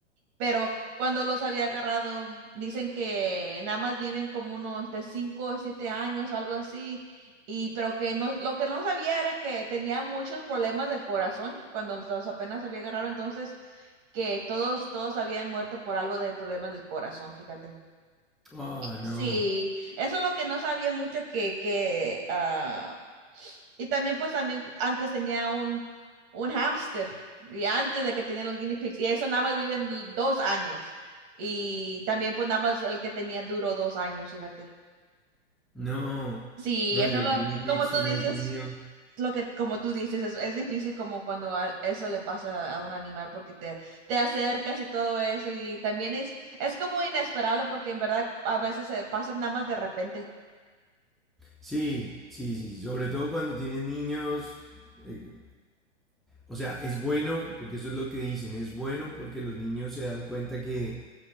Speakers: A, on the right (about 35°); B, in the centre.
A: Pero cuando los había agarrado, dicen que nada más viven como unos de 5 o 7 años, algo así, y pero que no, lo que no sabía era que tenía muchos problemas del corazón cuando los, los apenas había agarrado, entonces que todos, todos habían muerto por algo del problema del corazón, fíjate.
B: Ah, no,
A: Sí, eso es lo que no sabía mucho que, que, ah, y también pues también antes tenía un, un hámster, y antes de que tenía los guinea pigs, y eso nada más viven du- dos años, y también pues nada más el que tenía duró dos años, fíjate.
B: no,
A: Sí,
B: no,
A: eso
B: yo
A: lo,
B: guinea pig
A: como
B: sí
A: tú
B: no
A: dices.
B: he tenido.
A: lo que, como tú dices, es, es difícil como cuando a- eso le pasa a un animal porque te, te acercas y todo eso y también es, es como inesperable porque en verdad a veces se pasa nada más de repente.
B: Sí, sí, sí, sobre todo cuando tienes niños, eh, o sea, es bueno, porque eso es lo que dicen, es bueno porque los niños se dan cuenta que